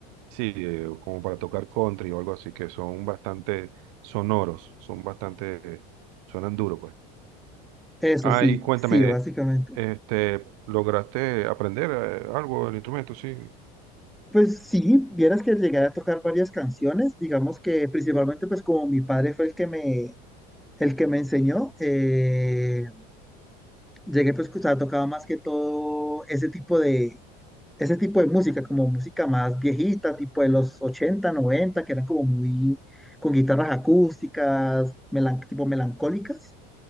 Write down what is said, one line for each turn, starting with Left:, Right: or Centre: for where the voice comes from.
Right: sí, eh, como para tocar country o algo así, que son bastante sonoros, son bastante, eh, suenan duro, pues.
Centre: Eso
Right: Ah,
Centre: sí,
Right: y cuéntame,
Centre: sí, básicamente.
Right: este, ¿lograste aprender eh, algo del instrumento? Sí,
Centre: Pues sí, vieras que llegué a tocar varias canciones, digamos que principalmente pues como mi padre fue el que me, el que me enseñó, eh, llegué pues que, tocaba más que todo ese tipo de, ese tipo de música, como música más viejita, tipo de los 80 90 que eran como muy, con guitarras acústicas, melan- tipo melancólicas,